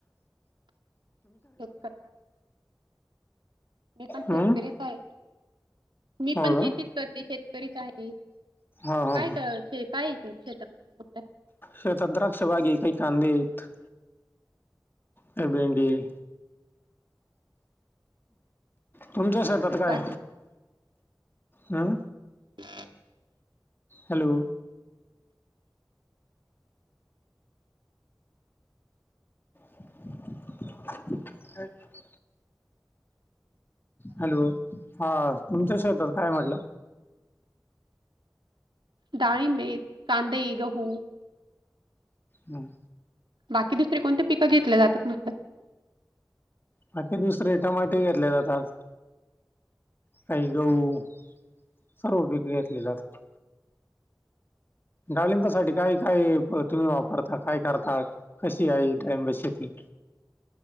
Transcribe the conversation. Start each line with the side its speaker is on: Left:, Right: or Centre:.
Right: एक तर मी पण शेतकरीच
Left: हं?
Right: आहे. मी
Left: हो
Right: पण शेतीच
Left: का
Right: करते शेतकरीच आहे,,
Left: हो हो
Right: काय
Left: हो
Right: कर शेत काय येतंय शेतामध्ये सध्या?
Left: शेतात द्राक्ष बाग आहे, काही कांदे आहेत. काय भेंडी ये, तुमच्या शेतात काय?
Right: बाकी
Left: हां?
Right: <inaudible>
Left: हॅलो. हॅलो. हॅलो, हा, तुमच्या शेतात काय म्हटलं?
Right: डाळींब येत, कांदे, गहू
Left: हां.
Right: बाकी दुसरी कोणते पिकं घेतल्या जातात म्हटलं?
Left: बाकी दुसरे टमाटे घेतल्या जातात. काही गहू, सर्व पिके घेतली जातात. डाळिंबासाठी काय -काय तुम्ही वापरता? काय करता? कशी आहे डाळिंबाची शेती?